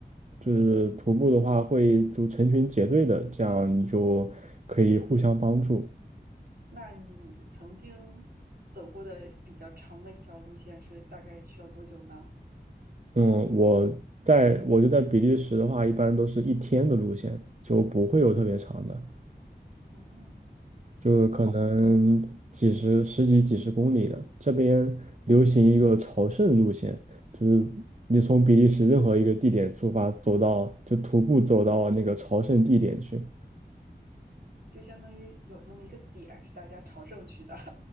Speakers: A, on the right (about 45°); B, on the right (about 65°).
A: 就是徒步的话，会就成群结队的，这样你就可以互相帮助。
B: 那你曾经走过的比较长的一条路线是大概需要多久呢？
A: 嗯，我在我就在比利时的话，一般都是一天的路线，就不会有特别长的。
B: 嗯，好吧，
A: 就可能几十、十几、几十公里的。这边流行一个朝圣路线，就是你从比利时任何一个地点出发，走到就徒步走到那个朝圣地点去。
B: 就相当于有那么一个点是大家朝圣去的。